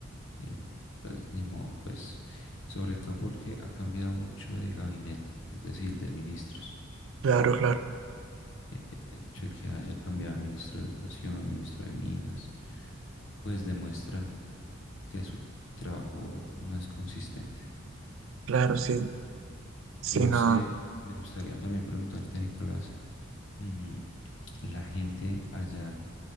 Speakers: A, on the left; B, on the right.
A: Eh, Pues ni modo, pues sobre todo porque ha cambiado mucho de gabinete, es decir, de ministros.
B: claro, claro.
A: eh, el hecho de que haya cambiado de ministro de Educación, ministro de Minas, pues demuestra que su trabajo no es consistente.
B: Claro, sí, sí,
A: No
B: no.
A: sé, me gustaría también preguntarte, Nicolás, mm, la gente allá